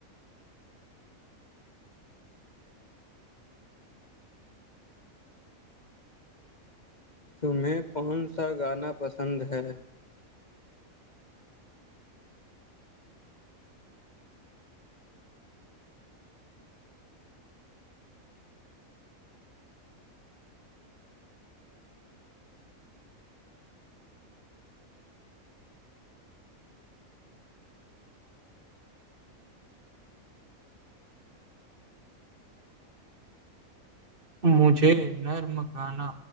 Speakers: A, on the left; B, on the right.
A: تمہیں کون سا گانا پسند ہے
B: مجھے نرم گانا